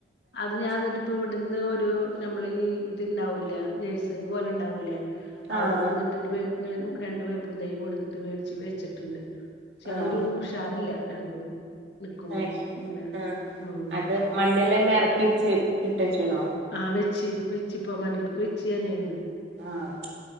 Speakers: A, on the left; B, on the right.
A: അത് ഞാൻ ന്നിട്ട് ഇപ്പ ഇവ്ടുന്ന് ഒരു നമ്മളീ ഈ ഇത്ണ്ടാവുല്ലെ നഴ്സറി പോലെ ഇണ്ടാവൂലേ
B: ആഹ്
A: അവിടെന്ന്ന്ന്
B: ആഹ്
A: ട്ട് ഒര് വേപ്പ് രണ്ട് വേപ്പും തൈ കൊട്ന്നിട്ട് വേട്ച്ച് വെച്ചിട്ടുണ്ട്. ശേ അതൊരു
B: ആഹ്
A: ഉഷാർല്ല രണ്ടും നിക്കുമ്പോ
B: അയ് ശരി
A: ഇങ്ങനെ
B: ആഹ് ആഹ്
A: ഉം
B: അത് മണ്ണിലെന്നെ എർക്കിയ്ച്ച് ഇട്ടച്ച്ണോ?
A: ആഹ് വെച്ച് വെച്ച്പ്പോ മണ്ണിൽക്ക് വെച്ച് ഞാനയ്ന്ന്
B: ആഹ്